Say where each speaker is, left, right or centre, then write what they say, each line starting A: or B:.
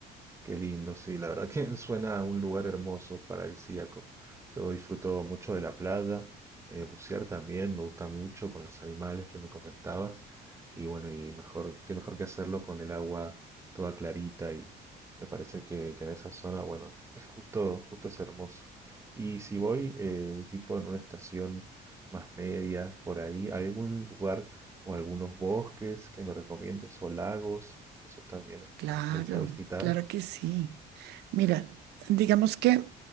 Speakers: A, on the right (about 15°); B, on the right (about 80°).
A: Qué lindo, sí, la verdad que <laughs> suena a un lugar hermoso, paradisíaco. Yo disfruto mucho de la playa, eh, bucear también, me gusta mucho con los animales que me comentabas. Y bueno, y mejor, qué mejor que hacerlo con el agua toda clarita y me parece que, que en esa zona, bueno, es justo, justo es hermoso. Y si voy, eh, tipo en una estación más media, por ahí, ¿hay algún lugar o algunos bosques que me recomiendes o lagos, eso también es-
B: Claro,
A: me gusta visitar.
B: claro que sí. Mira, digamos que